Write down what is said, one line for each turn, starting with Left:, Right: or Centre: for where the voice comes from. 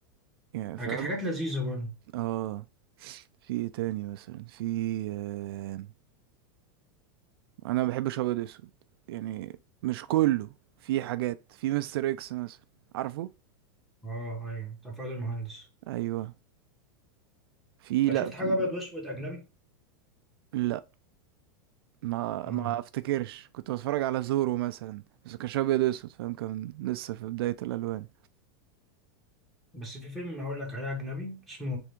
Right: يعني فاهم
Centre: آه، كانت حاجات لذيذه برضه
Right: اه في ايه تاني مثلا في آه... انا ما بحبش ابيض اسود يعني مش كله في حاجات في مستر اكس مثلا عارفه
Centre: اه ايوه بتاع فؤاد المهندس
Right: ايوه في
Centre: طب
Right: لا
Centre: شفت
Right: في
Centre: حاجه ابيض واسود اجنبي
Right: لا ما
Centre: اه
Right: ما افتكرش كنت بتفرج على زورو مثلا بس كانش ابيض اسود فاهم كان لسه في بداية الالوان
Centre: بس في فيلم أقول لك عليه أجنبي اسمه